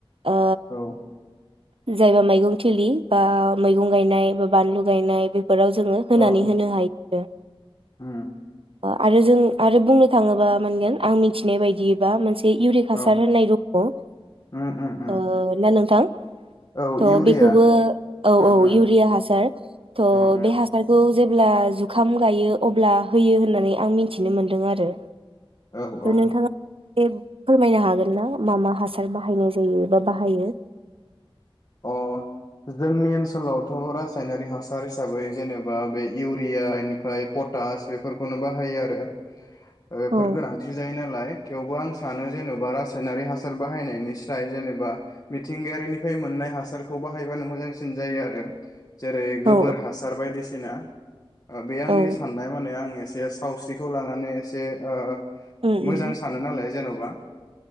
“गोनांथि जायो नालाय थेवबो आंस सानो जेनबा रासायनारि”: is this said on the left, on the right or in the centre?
Left